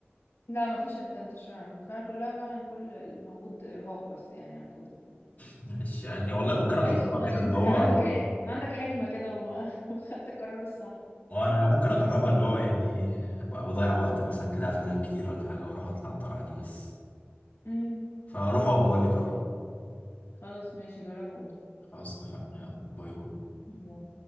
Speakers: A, on the left; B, on the left.
A: لا مفيش ادفانتج فعلا فعلا كلها فعلا كل الموجود ارهاق بس يعني على الفاضي فعلا
B: ماشي يعني والله ممكن اجربها
A: كويس والله
B: كده
A: ان
B: اللي
A: انت كان
B: هو
A: عندك كان عندك حكمة كده وما <laughs> وخدت القرار الصح
B: وانا ممكن اجربها اللي هو يعني ايه ابقى بضيع وقت مثلا كده قاعد في دهب كتير ولا حاجه واروح اطلع الطلعه دي بس
A: امم
B: فاروح وابقى اقول لك رايي
A: خلاص ماشي جربه
B: خلاص اتفقنا يلا باي باي
A: وقول